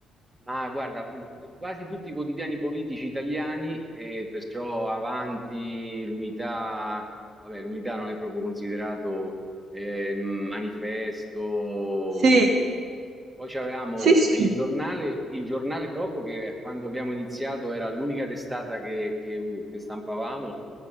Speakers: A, on the right; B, on the right.
A: Ma guarda, tu- tu- quasi tutti i quotidiani politici italiani, e perciò Avanti, l'Unità, vabbè, l'Unità non è proprio considerato eh, manifesto.
B: Sì,
A: Poi c'avevamo
B: Sì, sì,
A: il giornale, il giornale proprio che quando abbiamo iniziato era l'unica testata che, che u- che stampavamo